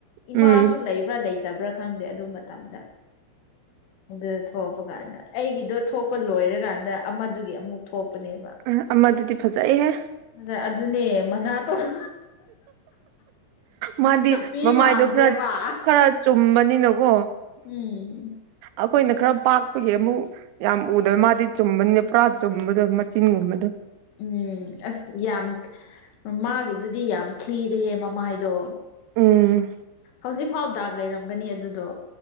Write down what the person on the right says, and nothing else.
ꯎꯝ
ꯑ ꯑꯃꯗꯨꯗꯤ ꯐꯖꯩꯍꯦ
ꯃꯥꯗꯤ
ꯃꯃꯥꯏꯗꯣ
ꯈꯔ ꯈꯔ ꯆꯨꯝꯕꯅꯤꯅꯀꯣ
ꯑꯈꯣꯏꯅ ꯈꯔ ꯄꯥꯛꯄꯒꯤ ꯑꯃꯨꯛ ꯌꯥꯝ ꯎꯗꯕ ꯃꯥꯗꯤ ꯆꯨꯝꯕꯅꯤ ꯄꯔꯥ ꯆꯨꯝꯕꯗꯣ ꯃꯆꯤꯟꯒꯨꯝꯕꯗꯣ
ꯎꯝ